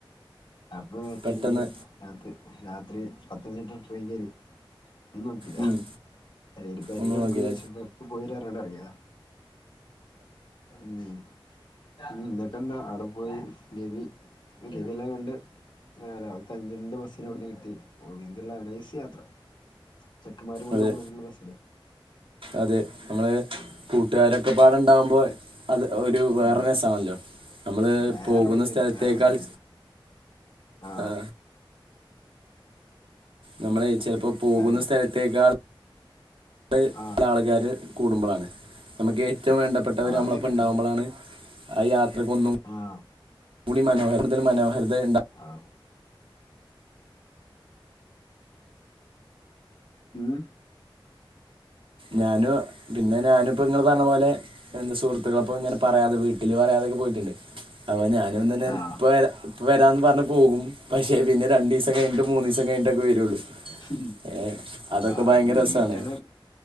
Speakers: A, on the left; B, on the right.
A: അപ്പം ഒറ്റടിക്ക്
B: പെട്ടെന്ന്
A: രാത്രി രാത്രി പത്തനംതിട്ട ട്രെയിൻ കയറി ഒന്നും നോക്കില്ല
B: ഉം,
A: അല്ലേലും പെരേലെടുക്ക്
B: ഒന്നും നോക്കിയില്ല
A: വിചാരിച്ചു ഇപ്പോ പോയി വരാ പറഞ്ഞിട്ട് ഇറങ്ങിയതാ ഉം ന്താ എന്നിട്ടെന്താ അവിടെ പോയി ഗവി ഗവിയെല്ലാം കണ്ട് ആഹ് രാവിലത്തെ അഞ്ചിന്റെ ബസ്സിന് അവിടുന്ന് കിട്ടി എന്തെല്ലാം നൈസ് യാത്ര ചെക്കമാരും കൂടി
B: അതെ
A: ആവുമ്പള് ഫുൾ രസല്ലേ
B: അതെ നമ്മള് കൂട്ടുകാരൊക്കെ പാടുണ്ടാവുമ്പോയ് അത് ഒരു വേറെ
A: ഉം
B: രസാണല്ലോ നമ്മള്
A: ഒരു വേറെ
B: പോകുന്ന
A: വൈബ്
B: സ്ഥലത്തേക്കാൾ
A: വേറെ രസം തന്നെ ആഹ്
B: ആ നമ്മള് ചിലപ്പോ പോകുന്ന
A: ആരോ
B: സ്ഥലത്തേക്കാൾ ഇവിടെ
A: ആഹ്
B: ആള്ക്കാര് കൂടുമ്പളാണ് നമുക്ക് ഏറ്റവും വേണ്ടപ്പെട്ടവര്
A: അത്
B: നമ്മളൊപ്പം
A: ശരിയാണ്
B: ഉണ്ടാവുമ്പളാണ് ആ യാത്ര അത്തിലേക്ക് ഒന്നും
A: ആഹ്
B: കൂടി മനോഹത്തിൽ മനോഹര ഉണ്ടാകും
A: ആഹ് ഉം
B: ഞാന് പിന്നെ ഞാനും ഇപ്പ ഇങ്ങള് പറഞ്ഞ പോലെ എന്താ സുഹുത്തുകൾക്കൊപ്പം ഇങ്ങനെ പറയാതെ വീട്ടിൽ പറയാതൊക്കെ പോയി അങ്ങനെ ഞാനും ഇന്നലെ
A: ആഹ്
B: ഇപ്പ വരാം വരാന്ന് പറഞ്ഞ് പോകും പക്ഷേ പിന്നെ രണ്ടു ദെവസം കഴിഞ്ഞിട്ട് മൂന് ദെവസം കഴിഞ്ഞിട്ടൊക്കെ വരുള്ളൂ.
A: ഉം
B: ഏ, അതൊക്കെ
A: ആഹ്
B: ഭയങ്കര
A: അത് വീട്ടണം
B: രസമാണ്